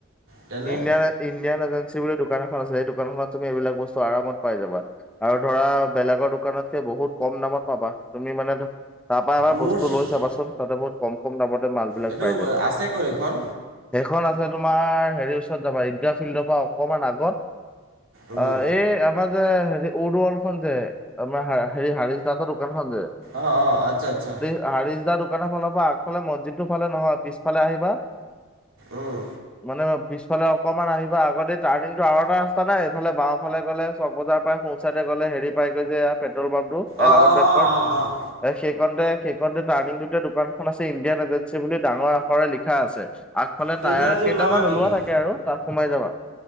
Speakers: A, on the right (about 75°); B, in the centre.
A: তেনে
B: ইণ্ডিয়ান। ইণ্ডিয়ান এজেঞ্চি বুলি দোকান এখন আছে সেই দোকানখনত তুমি এইবিলাক বস্তু আমত পাই যাবা। আৰু ধৰা বেলেগৰ দোকানত। বহুত কম দামত পাবা তুমি মানে তাপা এবাৰ
A: মোৰ
B: বস্তু লৈ চাবাচোন তাতে বহুত। কম কম দামতে মাল। বিলাক
A: এইটো
B: পাই যায়।
A: আছে ক'ত এইখন।
B: সেইখন আছে তোমাৰ হেৰিৰ ওচৰত যাবা ঈগ্ৰাফিল্ডৰ পৰা অকমান আগত।
A: উম,
B: অ' এই আমাৰ যে হেৰি উৰুৱখন যে আমাৰ হ। হেৰি হাৰিচ দাহ দোকানখন যে।
A: অ অ আচ্ছা আচ্ছা।
B: হাৰিছ দাৰ দোকানৰ ফালৰ পৰা আগফালে মছজিদ ৰ ফালে নহয় পিছফালে আহিবা।
A: উম,
B: মানে পিছফালে অকমান আহিব আগতে। টাৰ্নিং আৰু এটা ৰাস্ত নাই এইফালে বাওঁফালে গ'লে চক বজাৰ পায় সোচাইে গ'লে হেৰি পাই গৈ যে। পেটল পাম্পটো
A: অ',
B: এলামাদ
A: অ',
B: বেংকৰ।
A: অ', অ
B: সেইকণতে সেইকণতে টাৰ্নিং টোত দোকানখন আছে ইণ্ডিয়ান এজেঞ্চি বুলি ডাঙৰ আখৰে লিখা আছে। আগফালে
A: তেনে
B: টায়াৰ
A: আজি
B: কেইটামান
A: ওলাবা নেকি?
B: ওলোৱা থাকে আৰু তাত সোমাই যাবা।